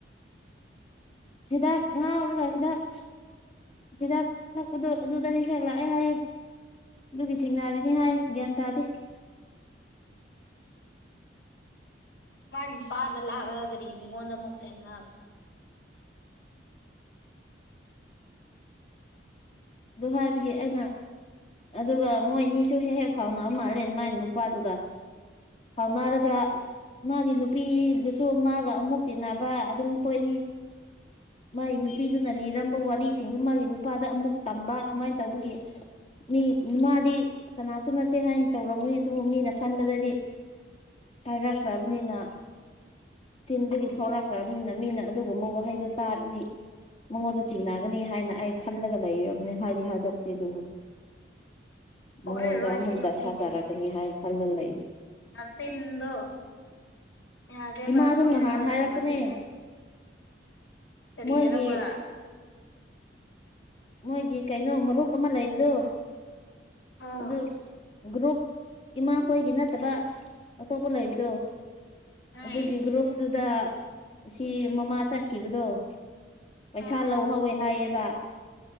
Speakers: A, on the left (about 35°); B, on the left (about 75°).
A: ꯍꯤꯗꯥꯛ ꯉꯥꯎꯔ ꯍꯤꯗꯥꯛ ꯍꯤꯗꯥꯛ ꯊꯄꯗ ꯑꯗꯨꯗ ꯍꯛꯂꯥꯛꯑꯦ ꯍꯥꯏꯌꯦ ꯑꯗꯨꯒꯤ ꯆꯤꯡ ꯅꯥꯔꯤꯅꯤ ꯍꯥꯏ ꯒ꯭ꯌꯥꯟ ꯇꯥꯗꯦ
B: <unintelligible> ꯑꯔꯒꯔꯤ ꯃꯤꯒꯣꯟ ꯃꯨꯛꯁꯦꯡ
A: ꯗꯨꯍꯥꯗꯒꯤ ꯑꯩꯅ ꯑꯗꯨꯒ ꯃꯣꯏ ꯑꯅꯤꯁꯨ ꯍꯦꯛ ꯍꯦꯛ ꯐꯥꯎꯅꯔꯝ ꯃꯥꯜꯂꯦ ꯃꯥꯥꯏ ꯅꯨꯄꯥꯗꯨꯒ ꯍꯧꯅꯔꯒ ꯃꯥꯒꯤ ꯅꯨꯄꯤꯗꯨꯁꯨ ꯃꯥꯒ ꯑꯃꯨꯛ ꯇꯤꯟꯅꯕ ꯑꯗꯨꯝ ꯀꯣꯏꯅꯤ ꯃꯥꯒꯤ ꯅꯨꯄꯤꯗꯨꯅ ꯂꯤꯔꯝꯕ ꯋꯥꯔꯤꯁꯤꯡꯗꯨ ꯃꯥꯒꯤ ꯅꯨꯄꯥꯗ ꯑꯃꯨꯛ ꯇꯝꯕ ꯁꯨꯃꯥꯏꯅ ꯇꯧꯕꯒꯤ ꯃꯤ ꯅꯨꯃꯥꯗꯤ ꯀꯅꯥꯁꯨ ꯅꯠꯇꯦ ꯍꯥꯏꯅ ꯇꯧꯔꯝꯒꯅꯤ ꯑꯗꯨꯕꯨ ꯃꯤꯅ ꯈꯟꯕꯗꯗꯤ ꯄꯥꯏꯔꯛꯈ꯭ꯔꯕꯅꯤꯅ ꯇꯤꯟꯗꯒꯤ ꯊꯣꯛꯂꯛꯈ꯭ꯔꯕꯅꯤꯅ ꯃꯤꯅ ꯑꯗꯨꯒꯨꯝꯕ ꯋꯥꯍꯩꯗꯣ ꯇꯥꯔꯗꯤ ꯃꯉꯣꯟꯗ ꯆꯤꯡꯅꯒꯅꯤ ꯍꯥꯏꯅ ꯑꯩ ꯈꯜꯂꯒ ꯂꯩ ꯃꯅꯦ ꯍꯥꯏꯦ ꯍꯥꯗꯞꯇ ꯑꯗꯨꯗꯨ
B: ꯁꯣꯏꯔꯔꯣꯏ
A: ꯃꯉꯣꯟꯗ ꯑꯃꯨꯛ
B: ꯁꯤ ꯅꯨꯄꯤꯁꯤ
A: ꯗꯁꯥ ꯇꯥꯔꯛꯀꯅꯤ ꯍꯥꯏꯅ ꯈꯜꯂ ꯂꯩꯔꯤ
B: ꯃꯆꯤꯟꯗꯣ ꯌꯥꯗꯦꯕ
A: ꯏꯃꯥꯁꯨ
B: ꯁꯣꯏꯔꯔꯣꯏ
A: ꯅꯍꯥꯟ
B: ꯅꯣꯡꯃꯗꯤ
A: ꯍꯥꯏꯔꯛꯄꯅꯦ
B: ꯀꯔꯤ
A: ꯃꯣꯏꯒꯤ
B: ꯍꯥꯏꯔꯕ꯭ꯔꯥ
A: ꯃꯣꯏꯒꯤ ꯀꯩꯅꯣ ꯃꯔꯨꯞ ꯑꯃ ꯂꯩꯕꯗꯣ
B: ꯎꯝ
A: ꯑꯗꯨ ꯒ꯭ꯔꯨꯞ ꯏꯃꯥꯈꯣꯏꯒꯤ ꯅꯠꯇꯕ ꯑꯇꯣꯞꯄ ꯂꯩ ꯑꯗꯣ
B: ꯎꯝ
A: ꯑꯗꯨꯒꯤ ꯒ꯭ꯔꯨꯞꯨꯞꯇꯨꯗ ꯁꯤ ꯃꯃꯥ ꯆꯠꯈꯤꯕꯗꯣ ꯄꯩꯁꯥ
B: ꯎꯝ
A: ꯂꯧꯍꯧꯋꯦ ꯍꯥꯏꯌꯦꯕ